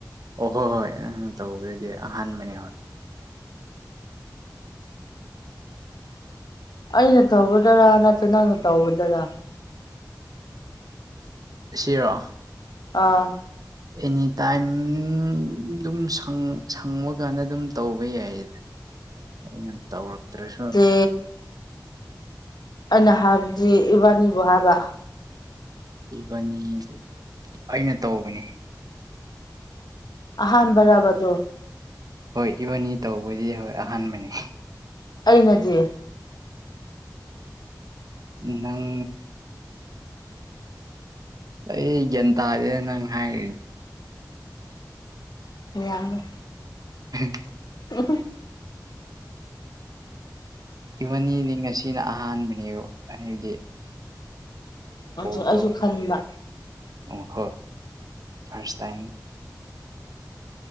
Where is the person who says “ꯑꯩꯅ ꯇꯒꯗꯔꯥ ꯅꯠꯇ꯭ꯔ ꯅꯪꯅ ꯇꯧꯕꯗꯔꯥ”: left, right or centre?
Left